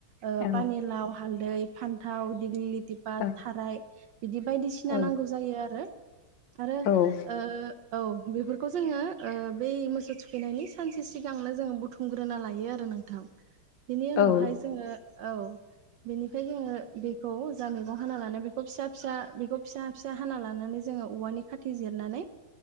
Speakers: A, on the right; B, on the left.
A: ओ
B: औ
A: पानिलााव हाल दै फान्थाव दिग्लि दिपा
B: औ
A: थाराय बिदि बायदिसिना
B: औ
A: नांगौ जायो। आरो आरो
B: औ
A: ओ औ बेफोरखौ जोङो ओ बै मोसौ थुखैनायनि सानसे सिगांनो जोङो बुथुमग्रोना लायो आरो नोंथां बेनि उनावहाय
B: औ
A: जोङो औ बेनिफ्राय जोङो बेखौ जा मैगं हाना लानाय बेखौ बेखौ फिसा फिसा बेखौ फिसा फिसा हाना लानानै जोङो औवानि खाथि जिरनानै